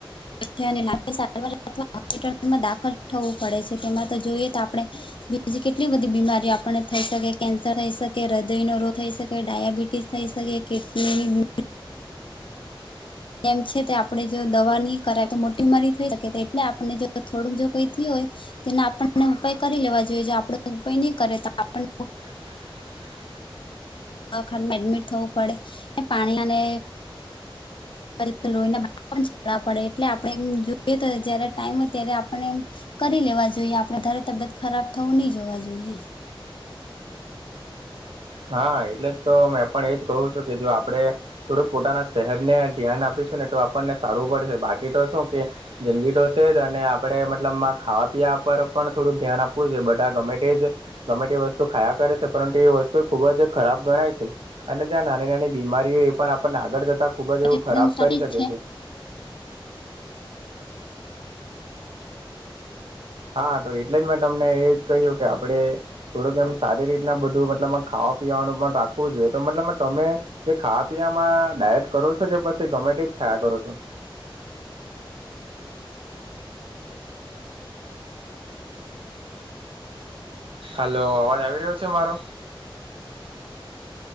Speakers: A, on the left; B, on the right.
A: <unintelligible> સારવાર અથવા હોસ્પિટલમાં દાખલ થવું પડે છે તેમાં તો જોઈએ તો આપણે બીજી કેટલી બધી બીમારી આપને થઈ શકે કેન્સર થઈ શકે કે હૃદય નો રોગ થઈ શકે ડાયાબિટીસ થઈ શકે કે <unintelligible> એમ છે તે આપણે જો દવા ની કરાય તો મોટી બીમારી થઈ શકે એટલે આપને જો થોડુંક જો કઈ થિયું હોય તેના આપણને ઉપાય કરી લેવા જોઈએ જો આપડ ઉપાય ની કરે તો આપણને
B: હ
A: દવાખાણા મા એડમિટ થવું પડે ને પાનિયા ને ક્યારે લોહી ના બાટલા પણ ચડાવા પડે એટલે આપણે એમ જોઈએ તો જયારે ટાઈમ હોય ત્યારે આપને કરી લેવા જોઈએ આપડે વધારે તબિયત ખરાબ થવું ની જોઈએ
B: હા એટલે જ તો મેં પણ એજ કહું છું કે જો આપણે થોડુંક પોતાના સેહત ને ધ્યાન આપીશું ને તો આપણને સારું પડશે બાકી તો શું કે જંદગીતો શે જ અને આપણે મતલબમાં ખાવા પીવા પર પણ થોડુંક ધ્યાન આપવું જોયે બધા ગમે તે જ ગમે તે વસ્તુ ખાયા કરે છે પરંતુ એ વસ્તુ ખુબ જ ખરાબ ગણાય છે અને જ્યાં નાની નાની બીમારીઓ એ પણ આપને આગળ જતા ખુબ જ એવું
A: એકદમ
B: ખરાબ
A: સાચી
B: કરી શકે
A: જ
B: છે હા તો એટલે જ મેં તમને એ જ કહ્યું કે આપડે થોડુંક એમ સારી રીતના બધું મતલબ ખાવા પીવાનું પણ રાખવું જોઈએ તો મતલબ તમે કે ખાવા પીવામાં ડાયટ કરું છો કે પછી ગમે તે જ ખાયા કરો છો હલો અવાજ આવી રહ્યો છે મારો